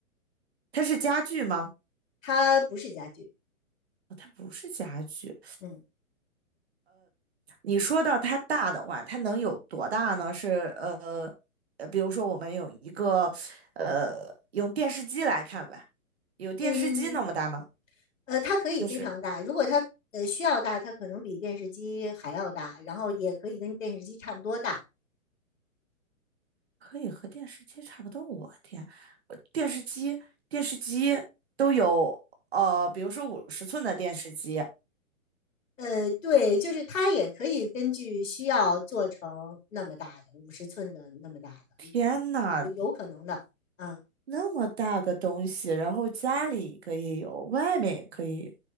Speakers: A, on the right; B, on the left.
A: 它是家具吗？
B: 它不是家具。
A: 哦，它不是家具。
B: 嗯
A: 你说到它大的话，它能有多大呢？是呃，呃，比如说我们有一个呃，用电视机来看吧，有电视机那么大吗？
B: 嗯，呃，它可以非常大，
A: 就是。
B: 如果它呃需要大，它可能比电视机还要大，然后也可以跟电视机差不多大。
A: 可以和电视机差不多。我天，我电视机电视机都有呃，比如说五十寸的电视机，
B: 呃，对，就是它也可以根据需要做成那么大的，五十寸的那么大的，
A: 天呐，
B: 有有可能的。啊
A: 那么大个东西，然后家里可以有，外面也可以，